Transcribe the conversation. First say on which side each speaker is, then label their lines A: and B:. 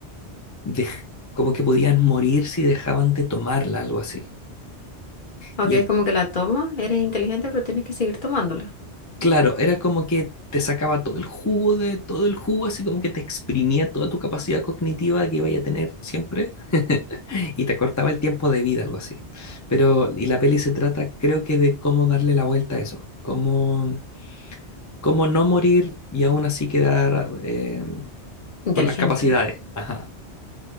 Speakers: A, on the left; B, on the left.
A: dej- como que podían morir si dejaban de tomarla, algo así.
B: Ok,
A: Y
B: es
A: el-
B: como que la tomas, eres inteligente, pero tienes que seguir tomándola.
A: claro, era como que te sacaba todo el jugo de todo el jugo, así como que te exprimía toda tu capacidad cognitiva que iba a tener siempre <laughs> y te cortaba el tiempo de vida, algo así. Pero, y la peli se trata, creo que, de cómo darle la vuelta a eso, cómo cómo no morir y aún así quedar eh,
B: Inteligente.
A: con las capacidades. Ajá.